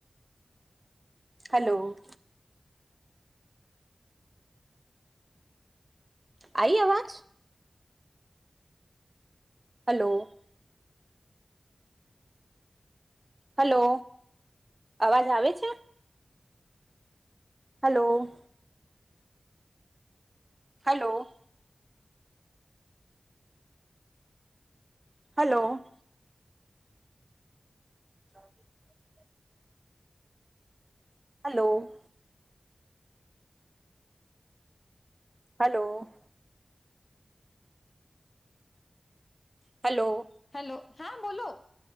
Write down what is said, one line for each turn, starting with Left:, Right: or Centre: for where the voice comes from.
Right: હલો. આઈ આવાજ? હલો. હલો. અવાજ આવે છે? હલો. હલો. હલો. ચાલ... <unintelligible> હાલો. હલો. હલો.
Left: હેલો હા બોલો.